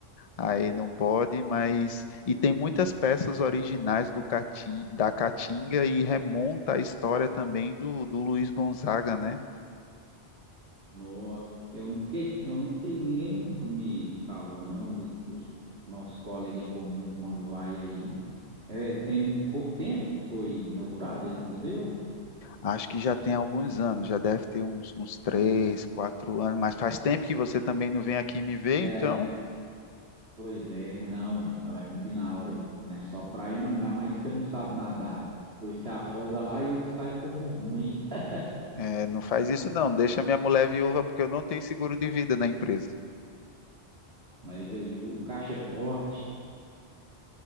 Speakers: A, on the left (about 40°); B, on the right (about 65°).
A: aí não pode, mas e tem muitas peças originais do Cati- da Caatinga e remonta a história também do, do Luiz Gonzaga, né?
B: nossa, eu não fiquei, eu não fiquei, ninguém nunca me falou não, do- os nossos colegas em comum quando vai aí, É, tem pouco tempo que foi inaugurado esse museu?
A: Acho que já tem alguns anos, já deve ter uns, uns três, quatro anos, mas faz tempo que você também não vem aqui me ver,
B: Tem.
A: então
B: Pois é, não, hein? Não vai combinar, ué. Não é só praia, não. Ainda mais que você não sabe nadar. Pois se afoga lá e eu que saio como ruim. <laughs>
A: é, não faz isso não, deixa minha mulher viúva, porque eu não tenho seguro de vida na empresa.
B: Mas aí o caixa é forte.